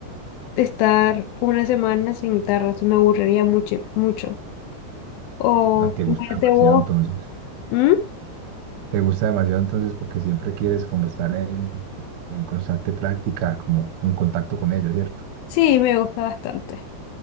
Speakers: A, on the left (about 75°); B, on the right (about 80°).
A: estar una semana sin guitarra, eso me aburriría mucho, mucho. O
B: ah, te
A: imagínate
B: gusta demasiado
A: vos,
B: entonces.
A: ¿Mm?
B: Te gusta demasiado entonces porque siempre quieres como estar en, en constante práctica, como un contacto con ella, ¿cierto?
A: Sí, me gusta bastante.